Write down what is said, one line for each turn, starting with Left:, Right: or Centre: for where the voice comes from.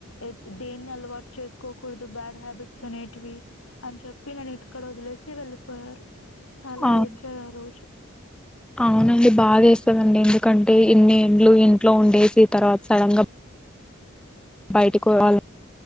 Left: ఎ దేన్ని అలవాటు చేసుకోకూడదు బ్యాడ్ హ్యాబిట్స్ అనేటివి అని చెప్పి నన్ను ఇక్కడ వదిలేసి వెళ్ళిపోయారు చాలా
Centre: అవును
Left: ఏడ్చారారోజు
Centre: అవునండి బాదేస్తదండి ఎందుకంటే ఇన్ని ఏండ్లు ఇంట్లో ఉండేసి తర్వాత సడన్ గా బయటకుపోవాల